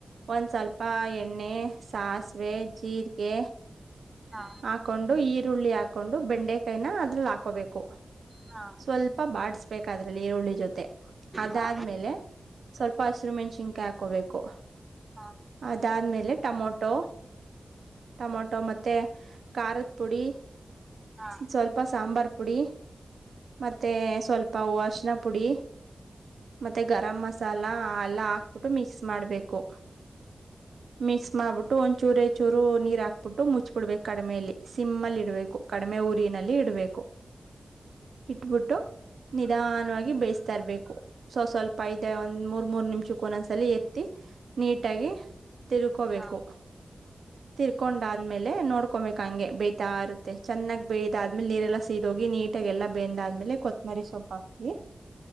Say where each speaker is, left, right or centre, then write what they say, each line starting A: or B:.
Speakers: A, on the right (about 85°); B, on the right (about 25°).
A: ಒಂದ್ ಸ್ವಲ್ಪ ಎಣ್ಣೆ ಸಾಸಿವೆ ಜೀರಿಗೆ
B: ಹಾ
A: ಹಾಕೊಂಡು ಈರುಳ್ಳಿ ಹಾಕೊಂಡು ಬೆಂಡೆಕೈನ ಅದ್ರಲ್ಲಿ ಹಾಕೋಬೇಕು
B: ಹಾ
A: ಸ್ವಲ್ಪ ಬಾಸ್ಬೇಕ ಅದ್ರಲ್ಲಿ ಈರುಳ್ಳಿ ಜೊತೆ ಅದಾದ್ಮೇಲೆ
B: ಹಾ ಹಾ
A: ಸ್ವಲ್ಪ ಹಸಿರು ಮೆಣಸಿನ್ಕಾಯಿ ಹಾಕೋಬೇಕು
B: ಹಾ
A: ಅದಾದ್ಮೇಲೆ ಟಮೊಟೊ ಟಮೊಟೊ ಮತ್ತೆ ಖಾರದ ಪುಡಿ
B: ಹಾ
A: ಸ್ವಲ್ಪ ಸಾಂಬಾರ್ ಪುಡಿ ಮತ್ತೆ ಸ್ವಲ್ಪ ಹೂ ಅಶನ ಪುಡಿ ಮತ್ತೆ ಗರಂ ಮಸಾಲ ಎಲ್ಲಾ ಹಾಕ್ಬಿಟ್ಟು ಮಿಕ್ಸ್ ಮಾಡ್ಬೇಕು ಮಿಕ್ಸ್ ಮಾಡ್ಬಿಟ್ಟು ಒಂದ್ ಚೂರ ಚೂರು ನೀರ್ ಹಾಕ್ಬಿಟ್ಟು ಮುಚ್ಬಿಡ್ಬೇಕು ಕಡಿಮಲಿ ಸಿಮ್ಮ್ ಅಲ್ಲಿ ಇಡ್ಬೇಕುಮ ಕಡಿಮೆ ಊರಿನಲ್ಲಿ ಇಡ್ಬೇಕು ಇಟ್ಬಿಟ್ಟು ನಿಧಾನವಾಗಿ ಬೇಸ್ತಾರ್ಬೇಕು ಸ್ ಸ್ವಲ್ಪ ಐದ ಒಂದ್ ಮೂರ್ ಮೂರ್ ನಿಮಿಷಕ್ಕ ಒೊಂದ್ಸಲ ಎತ್ತಿ ನೀಟಾಗಿಿ ತಿರ್ಕೋಬೇಕು
B: ಹಾ
A: ತಿರ್ಕೊಂಡಾದ್ಮೇಲೆ ನೋಡ್ಕೊಬೇಕು ಹಂಗೆ ಬೇತಾ ಇರುತ್ತೆ ಚೆನ್ನಾಗ್ ಬೇಯ್ದಾದ್ಮೇಲೆ ನೀರೆಲ್ಲಾ ಸೀದೋಗಿ ನೀಟಾಗ ಎಲ್ಲ ಬೆಂದಾದ್ಮೇಲೆ ಕೊತ್ತಮರಿ ಸೊಪ್ಪು ಹಾಕಿ